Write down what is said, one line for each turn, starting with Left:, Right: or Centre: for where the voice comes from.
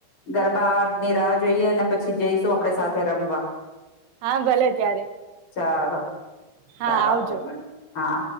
Left: ગરબા ની રાહ જોઈએ, ને પછી જઈશું આપડ સાથે રમવા
Right: હા ભલે ત્યારે
Left: ચાલો
Right: હા
Left: ચાલો આપડે
Right: આવજો
Left: મળી હા